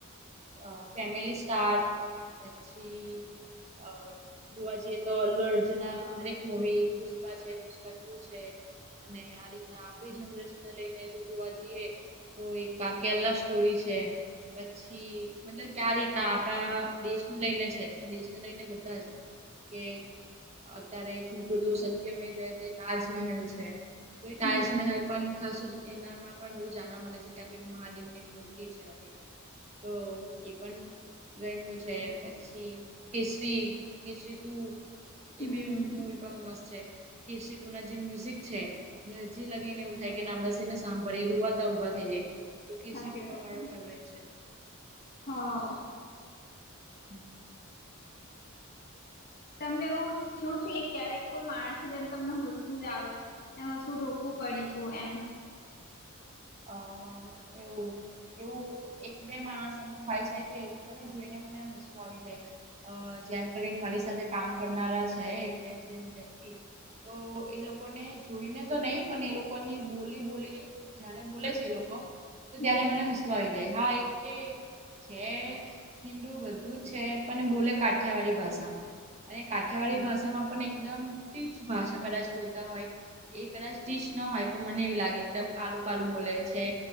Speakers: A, on the right; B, on the left.
A: અ ફેમિલી સ્ટાર પછી અ જોવા જઈએ તો અલ્લ અર્ચના હરેક મુવી પુષ્પા છે પુષ્પા ટુ છે. અને આ રીતના આપડી જનરેશન ને લઈને જો જોવા જઈએ. તો એક કા કેલા સ્ટોરી છે, પછી મતલબ ક રીતે ના આપણા દેશને લઈને છે તો દેશને લઈને બધા જ કે અત્યારે કૃત સત્ય મેવ જયતે તાજમહેલ છે તો એ
B: હમ
A: તાજમહેલ. પણ ખાસું એનામાં પણ બધું જાણવા મળે છે કે આપડે મહાદેવ ની મૂર્તિ છે આ તે તો એ પણ ગમ્યું છે પછી કેસરી કેસરી તું
B: હમ
A: એ બી મુવી એકદમ મસ્ત છે કેસરી ટુ ના જે મ્યુઝિક છે કે હજી લગી ને એવું થાય કે ના બસી ને સાંભળે એ રુવાતા ઊભા થઈ જાય. તું કેસ
B: સાચી
A: ટૂંકા
B: વાત
A: મારું
B: છે
A: ફેવરેટ છે.
B: હા.
A: હમમ હમમ.
B: તમને એવું થીયું છે કે ક્યારેક કોઈ માણસ ની જેમ તમને હસવું જ આવે. એમાં શું રોકવું પડ્યું તું એમ.
A: અ એવું એવું. હું એક બે માણસ અમુક હોય છે કે એ લોકોને જોઈને મને હસું આવી જાય. અ જેમ કરીને મારી સાથે કામ કરનારા છે એક બે જન વ્યક્તિ. તો એ લોકોને જોઈને તો નય પણ એ લોકોની બોલી બોલી જાણે બોલે છે એ લોકો તો
B: હમ
A: ત્યારે મને હસુ આવી જાય હા એક કે છે હિન્દુ બધું છે પણ બોલે કાઠિયાવાડી ભાષામાં અને કાઠિયાવાડી ભાષામાં પણ એકદમી તીછ ભાષા કદાચ બોલતા હોય. એ કદાચ સ્ટીચ ન હોય પણ મને એવી લાગે એકદમ કાલું કાલું બોલે છે